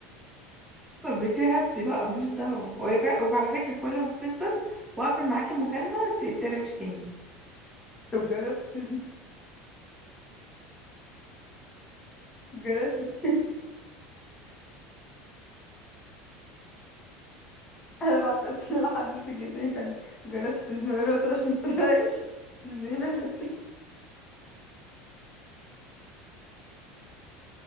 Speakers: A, in the centre; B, on the left (about 20°).
A: طب بتي هاتي بقى ماليش دعوه وهي كا- وعلى فكره كل ما بتثبت واقفل معاكي المكالمه ت- ترعش تاني
B: طب جربتي جربتي <laughs> انا بعتذر لحضرتك جدا يا فندم جربتي تزنقي الراوتر عشان ما تزهقش ازاي بالحته